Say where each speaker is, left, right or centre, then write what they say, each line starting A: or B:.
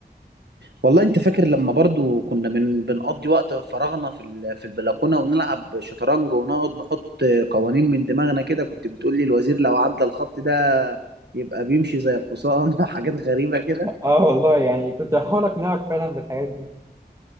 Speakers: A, on the right; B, on the right.
A: والله انت فاكر لما برضو كنا بن... بنقضي وقت فراغنا في ال... في البلكونه ونلعب شطرنج ونقعد نحط قوانين من دماغنا كده كنت بتقول لي الوزير لو عدى الخط ده يبقى بيمشي زي الحصان <laughs> وحاجات غريبه كده
B: اه والله يعني كنت بحاول اقنعك فعلا بالحاجات دي